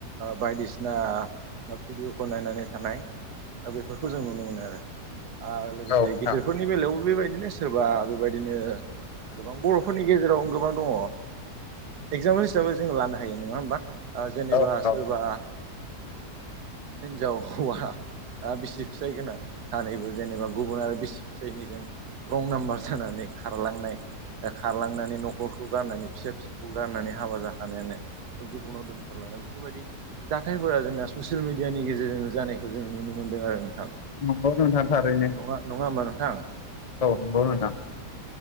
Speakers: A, on the right; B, on the left.
A: बायदिसिना भिडिअफोर नायनानै थानाय दा बेफोरखौ जों नुनो मोनो आरो। आरो लोगोसे
B: औ नोंथां
A: गिदिरफोरनि बेलायावबो बे बायदिनो सोरबा बे बायदिनो गोबां बर'फोरनि गेजेराव गोबां दङ। एगजामपोल हिसाबै जोङो लानो हायो नङा होमबा। जेनेबा
B: औ औ
A: सोरबा हिन्जाव हौवा बिसि फिसाइ गोनां सानैबो जेनेबा गुबुन आरो बिसि फिसायनिजों रं नाम्बार जानानै खारलांनाय खारलांनानै न'खरखौ गारनानै फिसा फिसौ गाननानै हाबा जाखानायानो गुबुनाव दोनथारलांनाय बेफोरबायदि जाथायफोरा जोंना ससियेल मिडियानि गेजेरजोंनो जानायखौ जोङो नुनो मोनदों आरो नोंथां।
B: नंगौ नोंथां थारैनो
A: नङा नङा होनबा नोंथां।
B: <unintelligible>